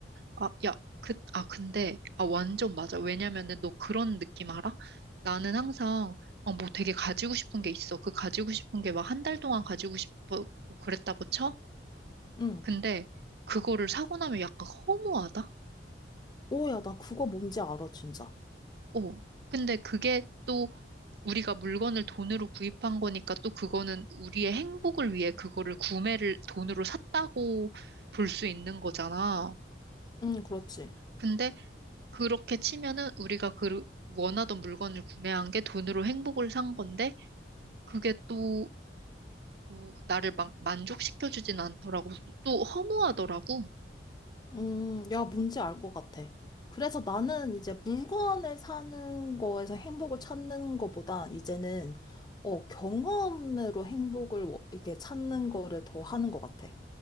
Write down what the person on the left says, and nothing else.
응.
오, 야, 나 그거 뭔지 알아, 진짜.
응, 그렇지.
음, 야, 뭔지 알 것 같아. 그래서 나는 이제 물건을 사는 거에서 행복을 찾는 거보다 이제는 어, 경험으로 행복을 워- 이렇게 찾는 거를 더 하는 것 같아.